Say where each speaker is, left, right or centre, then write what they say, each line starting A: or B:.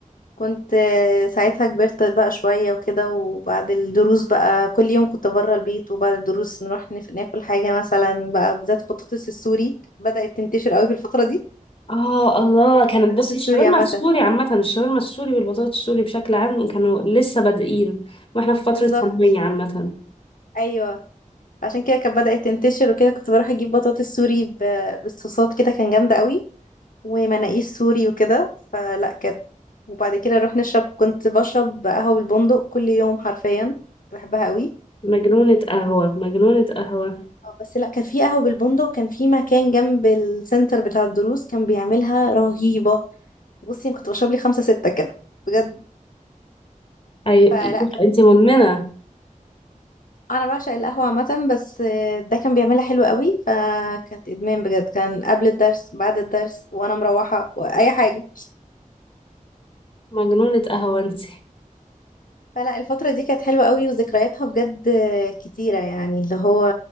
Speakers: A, on the left; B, on the left.
A: كنت آه، ساعتها كبرت بقى شوية وكده وبعد الدروس بقى كل يوم كنت بره البيت وبعد الدروس نروح نف- ناكل حاجة مثلا بقى بالذات البطاطس السوري بدأت تنتشر قوي في الفترة دي
B: اه الله كانت
A: محلات
B: بصي
A: السوري
B: الشاورما
A: عامة
B: السوري عامة الشاورما السوري والبطاطس السوري بشكل عام كانوا لسه بادئين واحنا في فترة
A: بالظبط
B: ثانوية عامة
A: ايوه عشان كده كانت بدأت تنتشر وكده كنت بروح اجيب بطاطس سوري ب- بالصوصات كده كان جامدة قوي ومناقيش سوري وكده فلا كانت وبعد كده نروح نشرب كنت بشرب قهوة بالبندق كل يوم حرفيا كنت بحبها قوي
B: مجنونة قهوة مجنونة قهوة
A: آه، بس لا كان في قهوة بالبندق كان في مكان جنب السنتر بتاع الدروس كان بيعملها رهيبة بصي أنا كنت بشرب لي خمسة ستة كده بجد
B: اي
A: فلا
B: انت مدمنة
A: انا بعشق القهوه عامه بس آه، ده كان بيعملها حلو قوي فكانت ادمان بجد كان قبل الدرس بعد الدرس وانا مروحه واي حاجه
B: مجنونة قهوة انت
A: فلا الفتره دي كانت حلوه قوي وذكرياتها بجد آه، كتيره يعني اللي هو